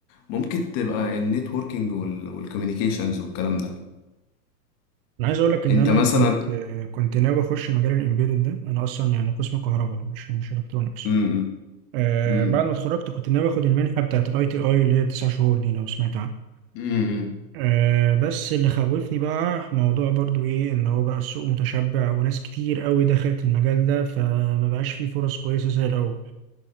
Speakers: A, on the left; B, on the right.
A: ممكن تبقى النتوركينج والكوميونيكيشنز والكلام ده
B: انا عايز اقولك ان
A: أنت
B: انا
A: مثلا
B: كنت آه، كنت ناوي اخش مجال الامبيدد ده انا اصلا يعني قسم كهرباء مش مش الكترونكس
A: مم،
B: آه
A: مم،
B: بعد ما اتخرجت كنت ناوي اخد المنحة بتاعت الاي تي اي اللي هي تسع شهور دي لو سمعت عنها
A: مم،
B: أه بس اللي خوفني بقى موضوع برضو ايه ان هو بقى السوق متشبع وناس كتير قوي دخلت المجال ده فما بقاش فيه فرص كويسة زي الاول